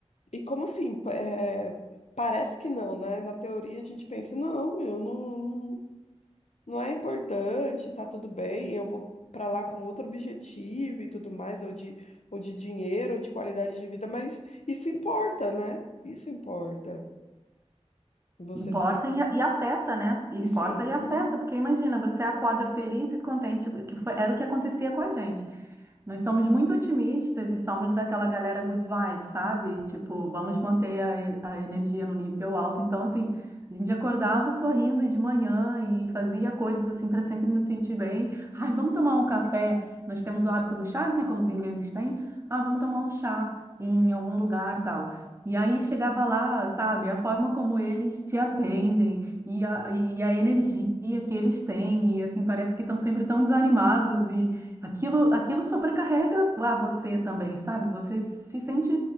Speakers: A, on the left; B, on the right.
A: E como assim? pa- é, parece que não, né? Na teoria a gente pensa, não, eu não. não é importante, tá tudo bem, eu vou para lá com outro objetivo e tudo mais, ou de, ou de dinheiro, ou de qualidade de vida, mas isso importa, né? Isso importa. Você
B: Importa
A: sim,
B: e, e afeta, né? Importa
A: e sim.
B: e afeta, porque imagina, você acorda feliz e contente, que foi, era o que acontecia com a gente. Nós somos muito otimistas e somos daquela galera good vibe, sabe? Tipo, vamos manter a, e- a energia no nível alto. Então, assim, a gente acordava sorrindo de manhã e fazia coisas assim para sempre nos sentir bem. Ai, vamos tomar um café. Nós temos o hábito do chá, né? Como os ingleses têm. Ah, vamos tomar um chá em algum lugar, tal. E aí chegava lá, sabe? A forma como eles te atendem e a, e a energia que eles têm. E assim, parece que estão sempre tão desanimados Aquilo, aquilo sobrecarrega a você também, sabe? Você se sente